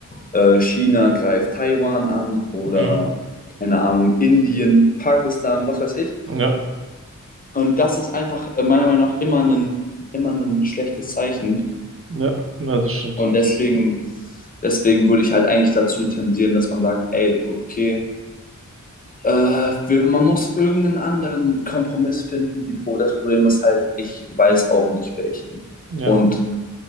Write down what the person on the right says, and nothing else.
mhm.
Ja,
ja, ja, das stimmt.
Ja,